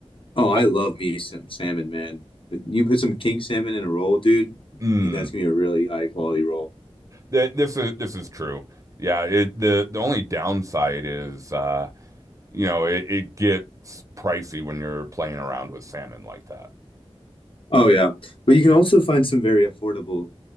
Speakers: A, on the left; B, on the right.
A: Oh, I
B: Al-
A: love me some salmon, man. You put some king salmon in a roll, dude,
B: Mm.
A: that's gonna be a really high quality roll.
B: Th- This is this is true. Yeah, it, the the only downside is uh, you know, it, it gets pricey when you're playing around with salmon like that.
A: Oh yeah. But you can also find some very affordable